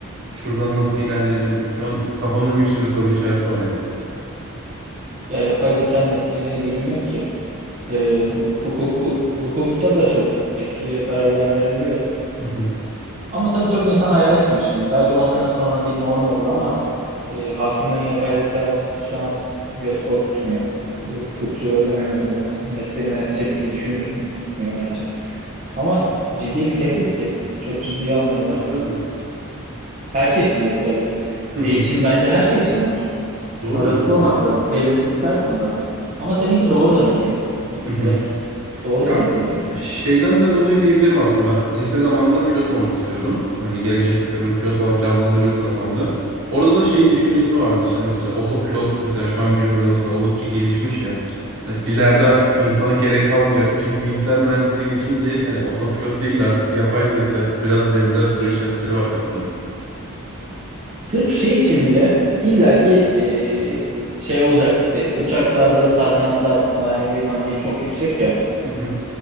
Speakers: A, on the right (about 65°); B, on the right (about 30°).
A: şuradan nasıl ilerlerim. Şu an kafamda bir sürü soru işareti var ya.
B: Ya yapay zekanın etkilemediği bölüm yok ki. E, hu- hukuku, hukukta da çok etkili kararlar verebiliyor.
A: Hı hı.
B: Ama tabii çok insan hayal etmiyor şimdi. Belki 10 sene sonra bir norm olur ama e, hakimlerin yapay zeka olması şu an göz korkutmuyor. Hukukçuları en azından mesleğini edecek gibi düşündürmüyor bence. Ama ciddi bir tehdit ki. Çok ciddiye almıyorlar.
A: Ya tabii.
B: Her şey için geçerli.
A: Hı hı.
B: Değişim bence her şey için var.
A: Doğru
B: Hazırlıklı
A: diyorsunuz
B: olmak
A: aslında.
B: lazım. Belirsizlik her konuda var. Ama seninki doğrudan ilgili. Bilgisayar.
A: Hı hı.
B: Doğrudan
A: Ya
B: ilgili yani.
A: şeyden de dolayı diyebilirim aslında ben lise zamanında pilot olmak istiyordum. Hani gelecekte kendimi pilot olarak canlandırıyordum kafamda. Orada da şey düşüncesi vardı işte hani mesela otopilot mesela şu an günümüzde aslında oldukça gelişmiş ya. Hani ileride artık insana gerek kalmayacak. mı Şimdi bilgisayar mühendisliğine geçince hani otopilot değil de artık yapay zeka biraz benzer soru işaretleri var kafamda.
B: Sırf şey için bile illaki e, şey olacak e, uçaklarda da tazminatlar manevi maddi çok yüksek ya.
A: Hı hı.